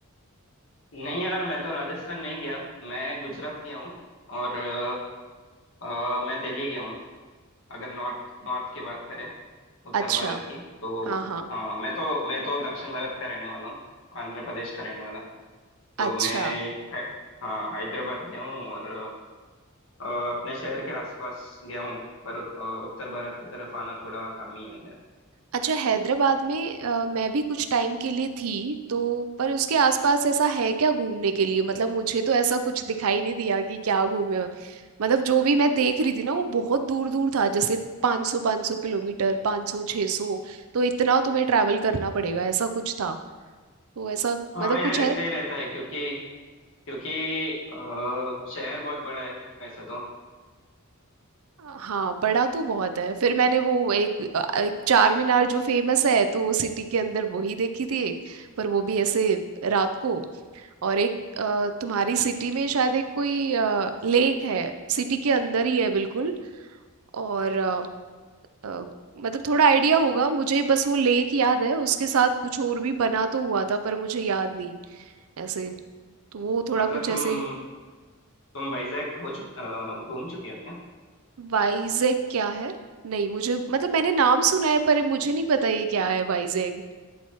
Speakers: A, on the left; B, on the right.
A: नहीं यार मैं तो राजस्थान नहीं गया मैं गुजरात गया हूँ और अ, अ, मैं दिल्ली गया हूँ अगर नॉर्थ नॉर्थ की बात करें उत्तर
B: अच्छा
A: भारत की तो
B: हाँ हाँ
A: हाँ मैं तो मैं तो दक्षिण भारत का रहने वाला हूँ आंध्र प्रदेश का रहने वाला तो
B: अच्छा
A: मैं है, हाँ हैदराबाद गया हूँ और अ, अपने शहर के आसपास गया हूँ पर अ, उत्तर भारत की तरफ आना थोड़ा कम ही है मेरा
B: अच्छा हैदराबाद में अ, मैं भी कुछ टाइम के लिए थी तो पर उसके आसपास ऐसा है क्या घूमने के लिए मतलब मुझे तो ऐसा कुछ दिखाई नहीं दिया कि क्या घूमे हो। मतलब जो भी मैं देख रही थी ना वो बहुत दूर दूर था जैसे 500 500 किलोमीटर 500 600 तो इतना तुम्हें ट्रैवल करना पड़ेगा ऐसा कुछ था तो ऐसा
A: हाँ
B: मतलब
A: यार
B: कुछ
A: ऐसे
B: है
A: ही रहता है क्योंकि क्योंकि अ, शहर बहुत बड़ा है वैसे तो
B: हाँ बड़ा तो बहुत है फिर मैंने वो एक, अ, एक चार मीनार जो फेमस है तो सिटी के अंदर वही देखी थी एक पर वो भी ऐसे रात को और एक अ, तुम्हारी सिटी में शायद एक कोई लेक है सिटी के अंदर ही है बिल्कुल और अ, अ, मतलब थोड़ा आइडिया होगा मुझे बस वो लेक याद है उसके साथ कुछ और भी बना तो हुआ था पर मुझे याद नहीं ऐसे तो वो थोड़ा
A: मतलब
B: कुछ
A: तुम
B: ऐसे
A: तुम वाइजैक हो चुक अ, घूम चुके हो क्या
B: वाइजैग क्या है नहीं मुझे मतलब मैंने नाम सुना है पर मुझे नहीं पता ये क्या है वाइजैग